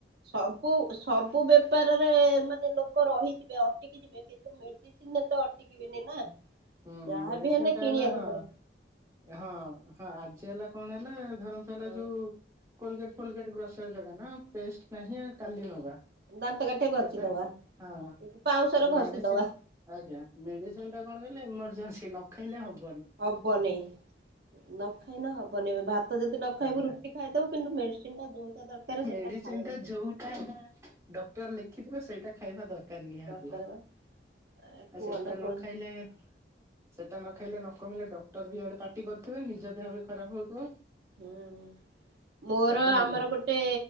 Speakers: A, on the right (about 65°); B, on the right (about 15°).
A: ସବୁ ସବୁ ବେପାରରେ ମାନେ ଲୋକ ରହିଥିବେ। ଅଟକିଯିବେ କିନ୍ତୁ ମେଡିସିନ ରେ ତ ଅଟିକିବେନି ନା।
B: ହୁଁ
A: ଯାହାବି
B: ମେଡିସିନ
A: ହେଲେ
B: ଟା
A: କିଣିବାକୁ
B: ହେଲା ହଁ
A: ପଡେ
B: ହଁ ହଁ ଆଜି ହେଲା କଣ ହେଲା ଧର ତ ହେଲା
A: ହଁ
B: ଯୋଉ କୋଲଗେଟ ଫଲଗେଟ ବ୍ରସର ଦୁକାନ ନା ପେଷ୍ଟ ନାହିଁ କାଲି ନବା।
A: ଦନ୍ତ କାଠି ଘଷି
B: ଏଟା
A: ଦବା
B: ହଁ
A: ପାଉଁଶରେ
B: ଆଉ ମେଡିସିନ
A: ଘଷି ଦବା।
B: ଆଜ୍ଞା ମେଡିସିନ ଟା କଣ କଲେ ଏଇମର୍ଜେନ୍ସି ନ ଖାଇଲେ ହବ
A: ହବ ନାଇ ନ ଖାଇ ନ ହବନାଇ ଭାତ ତ ଯଦି ନ ଖାଇବୁ
B: ଆଜ୍ଞା
A: ରୁଟି ଖାଇଦବୁ କିନ୍ତୁ ମେଡିସିନ ଟା ଯୋଉଟା ଦରକାର
B: ମେଡିସିନ
A: ସେଇଟା ଖାଇବାକୁ
B: ଟା ଯୋଉଟା ଡକ୍ଟର ଲେଖିିବେ ସେଇଟା ଖାଇବା ଦରକାର ନି ନିହାତି।
A: ଦରକାର
B: ଆଉ
A: ବା କୁହନା
B: ସେଟଟା ନ
A: କୁହନା
B: ଖାଇଲେ ଖତା ନ ଖାଇଲେ ନ କମିଲେ ଡକ୍ଟର ବି ଆଡେ ପାଟି କରିଥିବେ ନିଜ ଦେହ ବି ଖରାପ ହଉଥିବ।
A: ହଁ। ମୋର
B: ସବୁ
A: ଆମର
B: ଆଡୁ
A: ଗୋଟେ